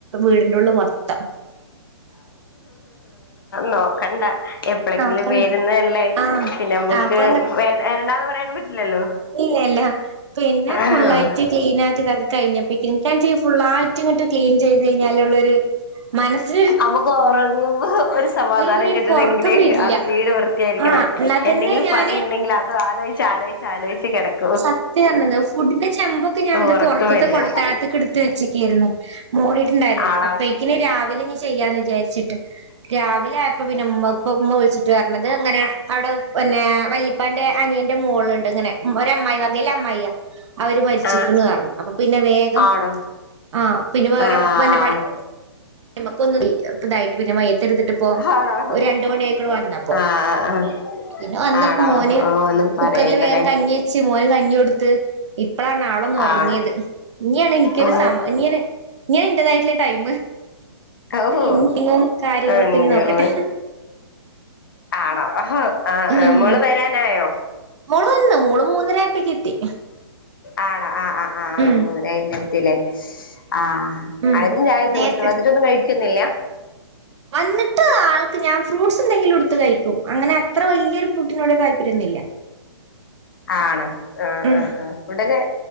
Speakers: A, on the right; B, on the left.
A: വീടിന്റെറെ ഉള്ളിൽ മൊത്തം
B: നോക്കണ്ട എപ്പഴെങ്കിലും
A: നോക്കന്നെ
B: വേരുന്നതല്ലേ
A: ആഹ്
B: പിന്നെ നമ്മുക്ക്
A: അപ്പൊ
B: വ വരണ്ടാന്ന് പറയാനും പറ്റില്ലല്ലോ
A: ഇനല്ല പിന്നെ
B: ആഹ്
A: ഫുള്ളായിട്ട് ക്ലീൻ ആയിട്ട് ഇതാക്കി കഴിഞ്ഞപ്പ <unintelligible> ഫുള്ള ആയിട്ട് ഇങ്ങോട്ട് ക്ലീൻ ചെയ്ത് കഴിഞ്ഞാള്ളുരു മനസൊ
B: നമുക്ക് ഉറങ്ങുമ്പോ ഒരു സമാധാനം
A: പിന്നെ
B: കിട്ടണെങ്കിലേ
A: എനിക്ക് ഉറക്കം വരില്ല
B: അത് വീട് വൃത്തിയായിരിക്കണം
A: ആഹ് എന്നാ
B: എന്തെങ്കിലും
A: തന്നെ ഞാന്
B: പണി ഉണ്ടെങ്കിൽ അത് ആലോചിച്ച് ആലോചിച്ച് ആലോചിച്ച് കിടക്കും
A: സത്യ പറഞ്ഞത് ഫുഡിന്റെ ചെമ്പൊക്കെ ഞാനിത്
B: ഉറക്കം
A: പുറത്ത്ത്തെ
B: വരില്ല
A: കൊട്ടത്തഴത്തേക്ക് എടുത്ത് വെച്ചക്കായിരുന്നു മോറിയിട്ടുണ്ടായിരുന്നില്ല
B: ആണോ
A: അപ്പേയേക്കിനീ രാവിലെ ഇനി ചെയ്യാന്ന് വിചാരിച്ചിട്ട് രാവിലെ ആയപ്പോ പിന്നെ ഉമ്മപ്പ ഉമ്മ വിളിച്ചിട്ട് വരണത് അങ്ങനെ അവിടെ പിന്നെ വ അപ്പം എൻ്റെനിയൻ്റെ മോളുണ്ട് ഇങ്ങനെ ഒരമ്മായി അകേല അമ്മായിയ അവര് മരിച്ചിക്കുന്നു
B: ആഹ്
A: പറഞ്ഞു അപ്പൊ പിന്നെ വേഗം
B: ആണോ
A: ആഹ് പിന്നെ വേറെ
B: ആഹ്
A: വ പണി നമക്കൊന്ന് ഇ ഇതായിട്ട് പിന്നെ മയ്യത്തെടുത്തിട്ട ഇപ്പപ്പോ
B: ആണോ
A: ഒരു രണ്ട് മണിയ ആക്കൂടെ വന്ന
B: ആഹ് ആഹ്
A: പിന്നെ വന്നപ്പോ
B: ആണോ
A: മോന്
B: ഓ ഒന്നും
A: കുക്കറില്
B: പറയണ്ടല്ലേ
A: വേഗം കഞ്ഞി വെച്ച് മോന് കഞ്ഞി കൊടുത്ത് ഇപ്പഴാണ് ആളൊന്ന ഉറങ്ങിയത്
B: ആണോ
A: ഇനാണ് എനിക്കരു
B: ഓ
A: സമ ഇങ്ങെ ഇങ്ങൻെതായിട്ടുള്ള ടൈമ്
B: ഓ
A: ഇങ്ങും കാര്യങ്ങളൊക്കെ
B: എന്റമ്മേ
A: ഇനി നോക്കട്ടെ
B: ആണോ ആഹ് ആഹ്
A: ഉം
B: മോള് വരാനായോ
A: മോള് വന്ന് മോള് മൂന്നരയപ്പത്തേക്ക് എത്തി
B: ആടോ ആഹ് ആഹ്ആഹ്
A: ഉം
B: മൂന്നായിരത്തില്ലേ ആഹ
A: ഉം
B: അതിചായ
A: നേരത്തെ
B: മോള് വന്നിട്ടൊന്നും കഴിക്കുന്നില്ല
A: വന്നിട്ട് ആൾക്ക് ഞാൻ ഫ്രൂട്ട്സ് എന്തങ്കിലും എടുത്ത് കഴിക്കും അങ്ങനെ അത്ര വലിയൊരു ഫുഡിനോട് താല്പര്യംന്നില്ല
B: ആണോ ആഹ്
A: ഉം
B: ആഹ് ആഹ് ഫുഡൊക്കെ